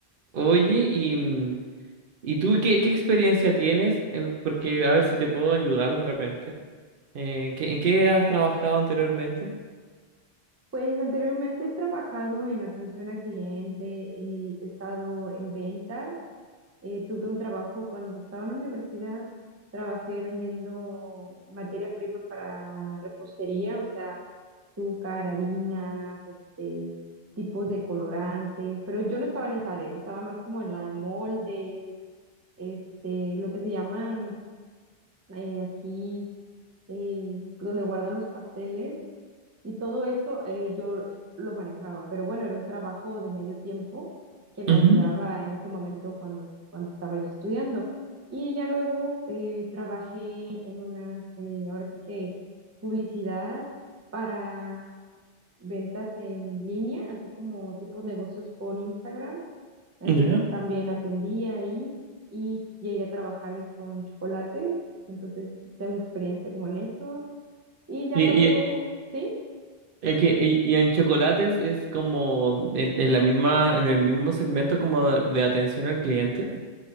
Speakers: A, on the right; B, on the right.
A: Oye, y, mm, ¿y tú qué, qué experiencia tienes? En- porque a ver si te puedo ayudar de repente. Eh, ¿qué- ¿en qué has trabajado anteriormente?
B: Pues anteriormente he trabajado en atención a cliente, he estado en ventas Eh, tuve un trabajo cuando estaba en la universidad, trabajé vendiendo materia prima para repostería, o sea, azúcar, harinas, este, tipos de colorantes, pero yo no estaba en esa área, yo estaba más como en la de moldes, este, lo que se llaman eh, aquí, eh, donde guardan los pasteles, y todo eso eh, yo lo manejaba, pero bueno, era un trabajo de medio tiempo que me
A: Ujú,
B: ayudaba en ese momento cuando, cuando estaba yo estudiando. Y ya luego eh, trabajé en una, eh, ahora sí que publicidad para ventas en línea, así como tipos negocios por Instagram. Entonces
A: ya.
B: también atendí ahí y llegué a trabajar con chocolate. Entonces tengo experiencia como en eso. Y ya
A: Y,
B: luego,
A: y,
B: ¿sí?
A: es que- y- y en chocolates es como en, en la misma, en el mismo segmento como de atención al cliente.